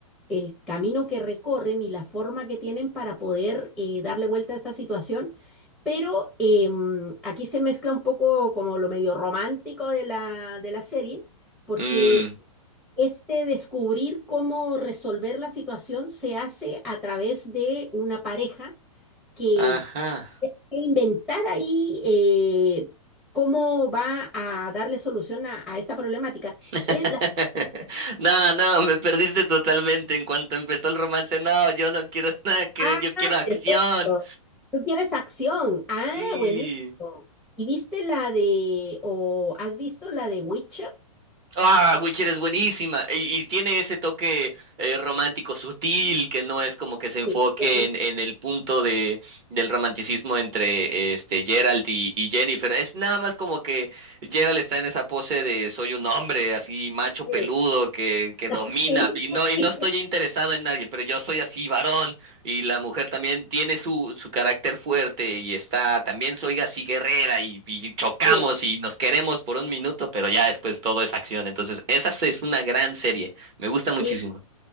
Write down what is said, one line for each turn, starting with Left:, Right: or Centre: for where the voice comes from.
Centre: el camino que recorren y la forma que tienen para poder eh, darle vuelta a esta situación. Pero em, aquí se mezcla un poco como lo medio romántico de la, de la serie, porque
Right: Mm,
Centre: este descubrir cómo resolver la situación se hace a través de una pareja que
Right: ajá.
Centre: que inventar ahí eh, cómo va a darle solución a, a esta problemática.
Right: <laughs>
Centre: Es la...
Right: No, no, me perdiste totalmente. En cuanto empezó el romance, no, yo no quiero <laughs> nada que
Centre: Ah,
Right: ver, yo quiero acción.
Centre: perfecto. Tú quieres acción. Ah,
Right: Sí.
Centre: buenísimo. ¿Y viste la de, o has visto la de Witcher?
Right: Ah, Witcher es buenísima y, y tiene ese toque eh, romántico sutil que no es como que se enfoque
Centre: Sí, pero no-
Right: en, en el punto de, del romanticismo entre este Geralt y, y Jennifer. Es nada más como que Geralt está en esa pose de soy un hombre así macho peludo
Centre: sí,
Right: que, que domina
Centre: <laughs> sí, sí,
Right: y no, y
Centre: sí.
Right: no estoy interesado en nadie, pero yo soy así varón. Y la mujer también tiene su, su carácter fuerte y está, también soy así guerrera y, y chocamos
Centre: Sí,
Right: y nos queremos por un minuto, pero ya después todo es acción. Entonces, esa es una gran serie. Me gusta muchísimo.
Centre: sí.